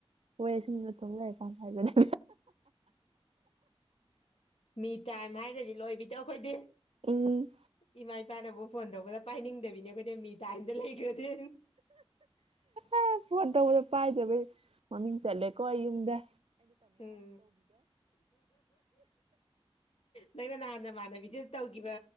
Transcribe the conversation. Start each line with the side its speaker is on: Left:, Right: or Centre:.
Right: ꯍꯣꯏ ꯁꯨꯝꯅꯠꯇꯣꯡ ꯂꯩꯔꯦꯀꯥꯟ ꯍꯥꯏꯕꯅꯦ
Left: ꯃꯤ ꯇꯥꯏꯝ ꯍꯥꯏꯔꯗꯤ ꯂꯣꯏꯕꯤꯗꯣ ꯑꯩꯈꯣꯏꯗꯤ
Right: ꯎꯝ
Left: ꯏꯃꯥ ꯏꯄꯥꯅꯕꯨ ꯐꯣꯟ ꯇꯧꯕꯗ ꯄꯥꯏꯅꯤꯡꯗꯕꯤꯅꯦ ꯑꯩꯈꯣꯏꯗ ꯃꯤ ꯇꯥꯏꯝꯗ ꯂꯩꯈ꯭ꯔꯗꯤ
Right: ꯑꯦ ꯐꯗꯗ ꯄꯥꯏ ꯃꯃꯤꯡ ꯆꯂꯦꯀꯣ ꯑꯏ ꯑꯗ
Left: ꯎꯝ ꯅꯪꯅ ꯅꯍꯥꯟ ꯃꯥꯟꯅꯕꯤꯁꯤ ꯇꯧꯈꯤꯕ